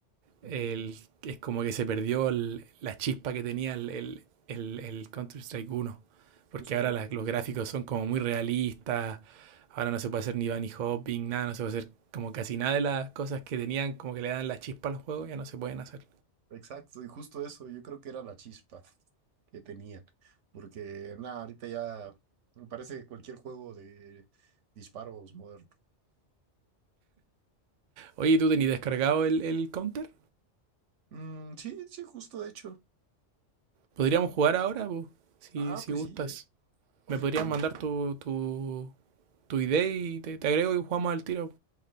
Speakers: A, on the right; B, on the right.
A: Ujú,
B: el- es como que se perdió el- la chispa que tenía el, el, el- el Counter-Strike uno Porque
A: Justo
B: ahora
A: eso.
B: las- los
A: justo
B: gráficos
A: eso.
B: son como muy realistas. Ahora no se puede hacer ni bunny hopping, nada, no se puede hacer como casi nada de las cosas que tenían, como que le dan la chispa al juego, ya no se pueden hacer.
A: Exacto, y justo eso, yo creo que era la chispa que tenían. Porque, nada, ahorita ya me parece cualquier juego de disparos moderno.
B: Oye, ¿tú tenías descargado el, el Counter?
A: Mm, sí, sí, justo de hecho.
B: ¿Podríamos jugar ahora, po? si,
A: Ah,
B: si
A: pues
B: gustas?
A: sí, ¿eh? Oye,
B: ¿Me podrías
A: pues me-
B: mandar tu, tu, tu ID y te, te agrego y jugamos al tiro?